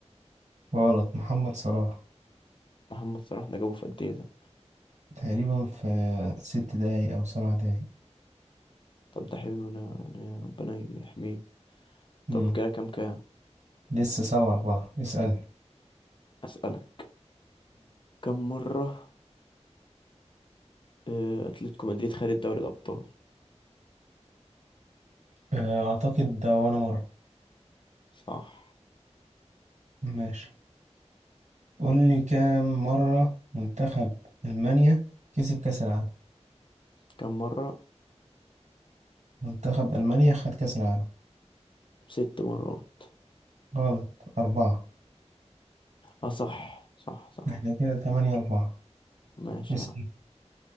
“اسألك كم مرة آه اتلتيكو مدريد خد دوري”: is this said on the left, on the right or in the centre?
Left